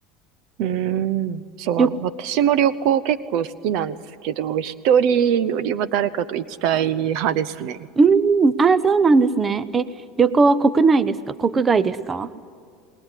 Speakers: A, on the right (about 65°); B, on the right (about 25°).
A: うーん。そう、
B: 旅、
A: 私も旅行結構好きなんですけど、一人よりは誰かと行きたい派ですね。
B: うーん、あー、そうなんですね。え、旅行は国内ですか国外ですか